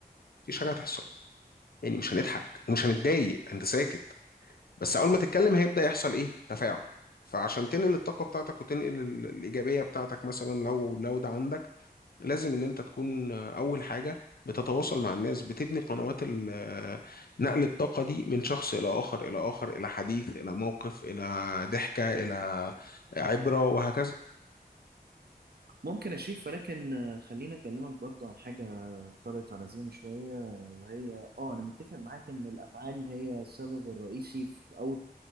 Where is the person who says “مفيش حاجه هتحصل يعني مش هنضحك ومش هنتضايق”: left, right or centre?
Left